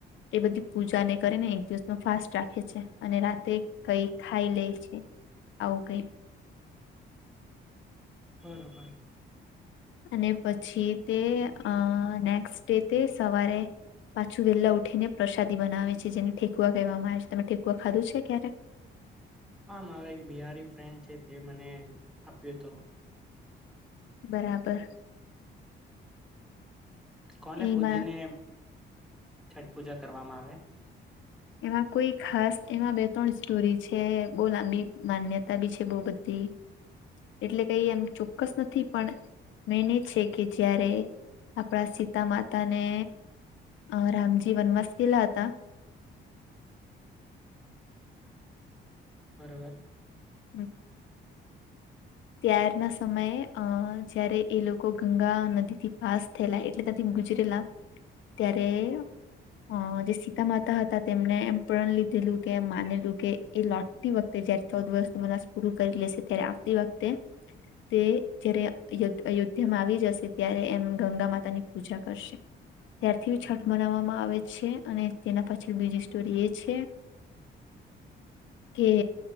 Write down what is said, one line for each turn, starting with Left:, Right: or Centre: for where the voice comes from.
Left: એ બધી પૂજાને કરીને એક દિવસ નું ફાસ્ટ રાખે છે અને રાત્રે કઈ ખાઈ લે છે. આવું કે.
Centre: બરોબર.
Left: અને પછી તે અ નેક્સ્ટ ડે તે સવારે પાછું, વેહેલા ઉઠીને પ્રસાદી બનાવે છે, જેને ઠેકુવા કહેવામાં આવે છે, તમે ઠેકુવા ખાધું છે, ક્યારે? <inaudible>
Centre: હ, મારો એક બિહારી ફ્રેન્ડ છે, તે મને આપ્યો હત
Left: બરાબર.
Centre: કોને
Left: એમાં
Centre: પૂજીને, છઠ પૂજા, કરવામાં આવે?
Left: એમાં કોઈ ખાસ એમાં બે, ત્રણ સ્ટોરી છે, બહુ લાંબી માન્યતા બી છે, બહુ બધી <inaudible> એટલે કઈ એમ ચોક્કસ નથી પણ મેન એ છે, કે જ્યારે આપણા, સીતા માતા ને અ રામજી વનવાસ કલા હતા.
Centre: બરોબર
Left: હમ. ત્યારના સમયે અ જયારે, એ લોકો ગંગા નદી થી, પાસ થયેલા એટલે તથી ગુજરેલા, ત્યારે અ જે સીતા માતા હતા, તેમને એમ પ્રણ લીધેલું કે એમ, માનેલું કે એ લટતી વખતે જયારે ચૌદ વર્ષ, તો મનાસ પૂરું કરી લેશે ત્યારે આવતી વખતે તે જય્યારે અયોધ્યામાં આવી જશે, ત્યારે એમ ગંગા માતા ની પૂજા કરશે ત્યારથી છઠ, બનાવવામાં આવે છે, અને તેના પાછળ બીજી સ્ટોરી એ છે. કે